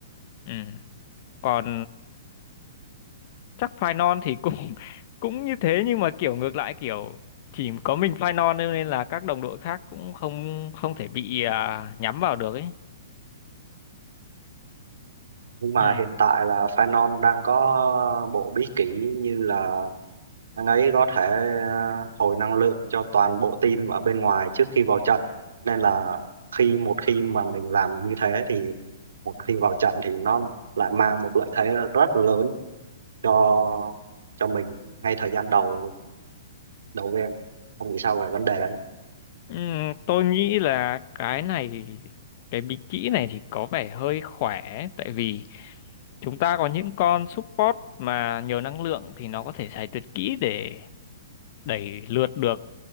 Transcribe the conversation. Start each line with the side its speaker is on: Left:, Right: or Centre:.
Left: ừ còn chắc phai non thì cũng <laughs> cũng như thế nhưng mà kiểu ngược lại kiểu chỉ có mình phai non thôi nên là các đồng đội khác cũng không không thể bị à, nhắm vào được ấy
Right: nhưng mà
Left: ừ.
Right: hiện tại là Phanon đang có bộ bí kỷ như là anh ấy có thể ờ, hồi năng lượng cho toàn bộ team ở bên ngoài trước khi vào trận nên là khi một khi mà mình làm như thế thì một khi vào trận thì nó lại mang một lợi thế rất lớn cho cho mình ngay thời gian đầu đầu game không nghĩ sao về vấn đề đấy
Left: Ừ, tôi nghĩ là cái này cái bí kỹ này thì có vẻ hơi khỏe tại vì chúng ta có những con support mà nhiều năng lượng thì nó có thể xài tuyệt kỹ để đẩy lượt được